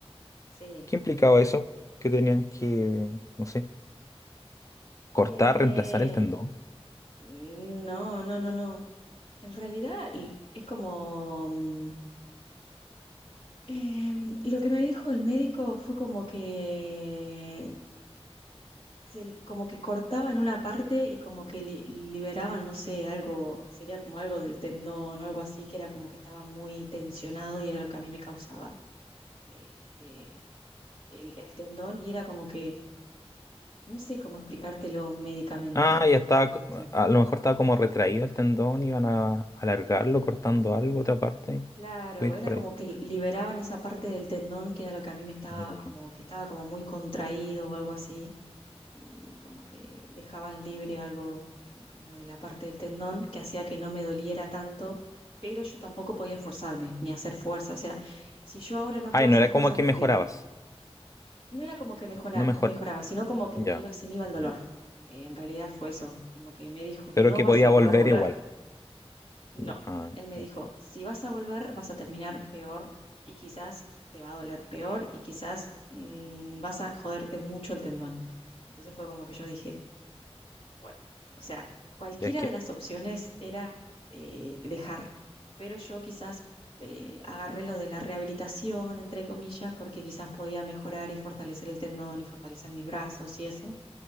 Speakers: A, on the left; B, on the left.
A: Sí.
B: ¿Qué implicaba eso? Que tenían que, no sé, cortar,
A: Eh,
B: reemplazar el tendón.
A: no, no, no, no. En realidad l- es como... mm, em, lo que me dijo el médico fue como que se- como que cortaban una parte y como que li- liberaban, no sé, algo, sería como algo del tendón o algo así, que era como que estaba muy tensionado y era lo que a mí me causaba eh, eh, el, el tendón y era como que, no sé cómo explicártelo médicamente.
B: Ah, ya estaba,
A: No
B: co-
A: no sé.
B: a lo mejor estaba como retraído el tendón, iban a alargarlo cortando algo, otra parte.
A: Claro,
B: Puede ir
A: era
B: por
A: como
B: ahí.
A: que liberaban esa parte del tendón que era lo que a mí me estaba
B: Mm.
A: como que estaba como muy contraído o algo así y como que dejaban libre algo eh, como de la parte del tendón que hacía que no me doliera tanto, pero yo tampoco podía esforzarme ni hacer fuerza. O sea, si yo ahora no
B: Ay,
A: puedo hacer
B: no era
A: fuerza,
B: como que
A: porque
B: mejorabas.
A: no era como que mejora-
B: No mejor.
A: mejoraba, sino como que
B: Ya.
A: me iba, se me iba el dolor.
B: Mm.
A: Eh, en realidad fue eso, como que me dijo,
B: Pero
A: no
B: que
A: vas
B: podía
A: a
B: volver
A: poder volver.
B: igual.
A: No,
B: Ya. Ah,
A: él me
B: entonces,
A: dijo, si vas a volver, vas a terminar peor y quizás te va a doler peor y quizás mm, vas a joderte mucho el tendón. Entonces fue como que yo dije, Bueno, o sea, cualquiera
B: ya es que.
A: de las opciones era eh, dejar, pero yo quizás eh, agarré lo de la rehabilitación, entre comillas, porque quizás podía mejorar y fortalecer el tendón y fortalecer mis brazos y eso,